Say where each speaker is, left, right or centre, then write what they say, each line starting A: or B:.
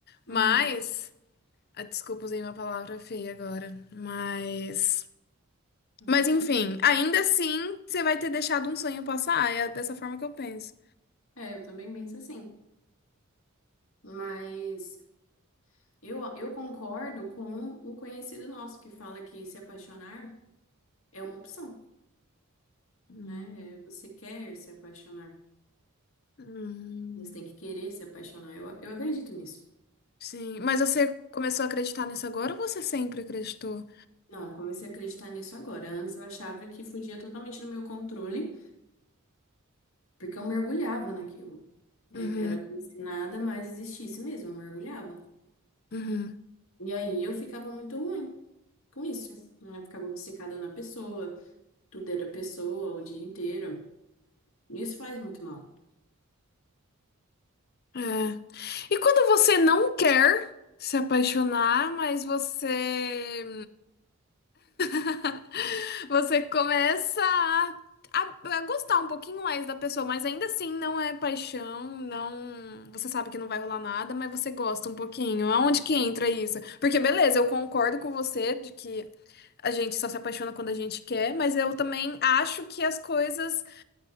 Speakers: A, on the left; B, on the left.
A: Uhum,
B: Mas, ah, desculpa, usei uma palavra feia agora, mas,
A: uhum.
B: mas enfim, ainda assim, você vai ter deixado um sonho passar, é dessa forma que eu penso.
A: É, eu também penso assim. Mas Eu, eu concordo com um conhecido nosso que fala que se apaixonar é uma opção,
B: Hum.
A: né? É, Você quer se apaixonar.
B: Hum,
A: Você tem que querer se apaixonar. Eu, eu acredito nisso.
B: sim, mas você começou a acreditar nisso agora ou você sempre acreditou?
A: Não, eu comecei a acreditar nisso agora. Antes eu achava que fugia totalmente do meu controle, porque eu mergulhava naquilo. É,
B: Uhum,
A: Era como se nada mais existisse mesmo, eu mergulhava.
B: uhum,
A: E aí eu ficava muito ruim com isso. né? Eu ficava obcecada na pessoa, tudo era pessoa o dia inteiro. Isso faz muito mal.
B: é. E quando você não quer se apaixonar, mas você <laughs> Você começa a, a- a gostar um pouquinho mais da pessoa, mas ainda assim não é paixão, não. Você sabe que não vai rolar nada, mas você gosta um pouquinho. Aonde que entra isso? Porque beleza, eu concordo com você de que a gente só se apaixona quando a gente quer, mas eu também acho que as coisas